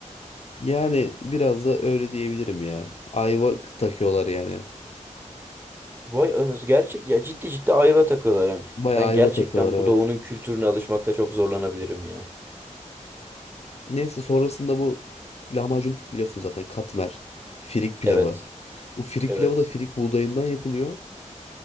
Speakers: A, on the left; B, on the right.
A: yani biraz da öyle diyebilirim ya. Ayva takıyorlar yani.
B: Vay anasını. Gerçek ya ciddi ciddi ayva takıyorlar yani.
A: Bayağı
B: Ben
A: ayva
B: gerçekten
A: takıyorlar evet.
B: bu doğunun kültürüne alışmakta çok zorlanabilirim ya.
A: Neyse sonrasında bu lahmacun biliyorsun zaten katmer, firik pilavı.
B: Evet.
A: Bu firik
B: Evet.
A: pilavı da firik buğdayından yapılıyor.